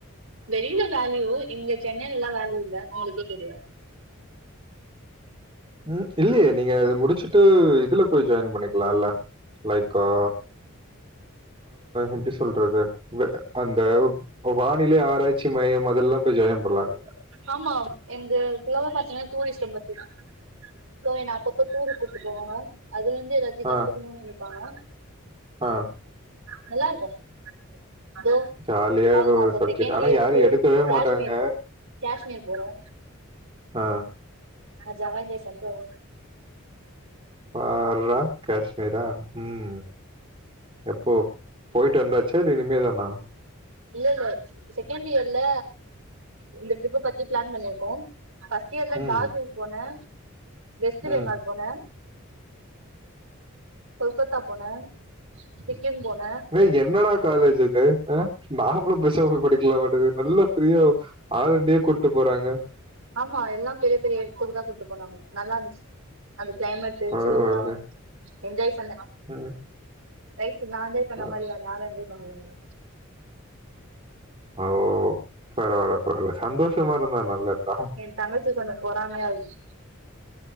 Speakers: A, on the right (about 75°); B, on the right (about 25°).
A: வெளில வேலையோ இங்க சென்னைலல்லா வேல இல்ல உங்களுக்கே தெரியும்
B: ம் இல்லையே நீங்க இது முடிச்சுட்டு இதுல போய் ஜாயின் பண்ணிக்கலால்ல லைக் அ எப்டி சொல்றது அந்த வானிலை ஆராய்ச்சி மையம் அதுலல்லா போய் ஜாயின் பண்ணலால
A: ஆமா என்து லெவல் பாத்தீங்கன்னா டூரிஸம் பத்தி சோ என்ன அப்பப்ப டூருக்கு கூட்டு போவாங்க அதுல இருந்து ஏதாச்சும் கத்துக்கணும்னு
B: ஆ,
A: நெனைப்பாங்க
B: ஆ
A: நல்லாருக்கும் இதோ
B: ஜாலியா இருக்கும்
A: அவளோ தா.
B: ஒரு
A: அப்ப
B: சப்ஜெக்ட்.
A: செகண்ட்
B: ஆனா
A: இயருக்கு
B: யாரும் எடுக்கவே
A: காஷ்மீர்
B: மாட்டாங்க.
A: காஷ்மீர் போறோ
B: ஆ
A: அ ஜவாஹே பண்ணிட்டு வருவ
B: பார்ரா காஷ்மீரா ம் எப்போ போயிட்டு வந்தாச்சா இல்ல இனிமே தானா
A: இல்ல இல்ல செகண்ட் இயர்ல இந்த ட்ரிப் பத்தி பிளான் பண்ணிருக்கோ ஃபஸ்ட் ஃபர்ஸ்ட் இயர்ல
B: ம்,
A: டார்ஜ்லிங் போனே வெஸ்ட்
B: ம்.
A: பெங்கால் போனே கொல்கத்தா போனே சிக்கிம் போன
B: வேய் என்னடா காலேஜ் இது அ நாமளு பேஸ்சாம போய் படிக்கலாமாட்டங்கு நல்லா ஃபிரீயா ஆள் இண்டிய கூட்டு போறாங்க
A: ஆமா எல்லா பெரிய பெரிய எடத்துக்குதா கூட்டு போனாங்க நல்லா இருந்துச் அந்த கிளைமெட்டு
B: பரவாயில்ல
A: சில்லுனா என்ஜாய் பண்ண
B: ம்,
A: லைஃப் நா என்ஜாய்
B: பர-
A: மாரி வேற யாரு என்ஜாய் பண்ண முடியுமா
B: ஓ பரவால்ல பரவால சந்தோஷமா இருந்தா நல்லதா
A: ஏ தங்கச்சி கொஞ்சோ பொறாமையா இருக்